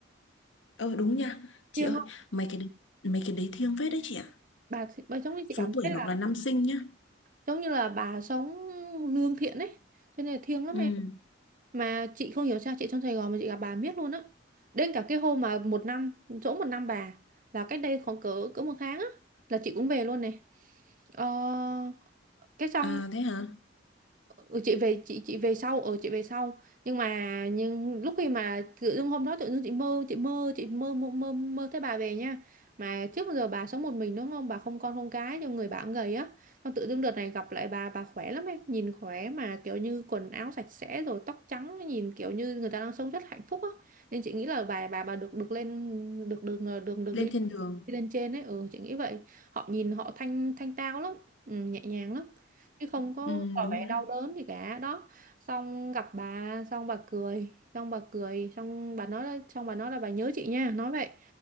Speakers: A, on the left; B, on the right.
A: ơ đúng nha chị
B: thiêng
A: ơi
B: lắm
A: mấy cái đấy- mấy cái đấy thiêng phết đấy chị ạ
B: bà, bà giống như chị
A: số
B: cảm
A: tuổi
B: thấy là
A: hoặc là năm sinh nhá
B: giống như là bà sống lương thiện ấy cho nên là thiêng lắm
A: Ừ.
B: em mà chị không hiểu sao chị trong Sài Gòn mà chị gặp bà miết luôn á đến cả cái hôm mà một năm chỗ một năm bà là cách đây khoảng cỡ cỡ một tháng á là chị cũng về luôn này ờ, cái xong
A: à thế hả
B: Ừ, chị về chị chị về sau ở chị về sau nhưng mà nhưng lúc khi mà tự dưng hôm đó tự dưng chị mơ chị mơ chị mơ mơ mơ, mơ thấy bà về nha mà trước bao giờ bà sống một mình đúng không bà không con không cái cho người bà cũng gầy á xong tự dưng đợt này gặp lại bà bà khỏe lắm em nhìn khỏe mà kiểu như quần áo sạch sẽ rồi tóc trắng nhìn kiểu như người ta đang sống rất hạnh phúc á nên chị nghĩ là bà bà bà được được lên được được được được, được
A: lên
B: đi
A: thiên đường
B: đi lên trên ấy ừ chị nghĩ vậy họ nhìn họ thanh thanh tao lắm ừ, nhẹ nhàng lắm chứ không có
A: ừ,
B: tỏ
A: đúng
B: vẻ
A: rồi
B: đau
A: đấy
B: đớn gì cả đó xong gặp bà xong bà cười xong bà cười xong bà nói xong bà nói là bà nhớ chị nha nói vậy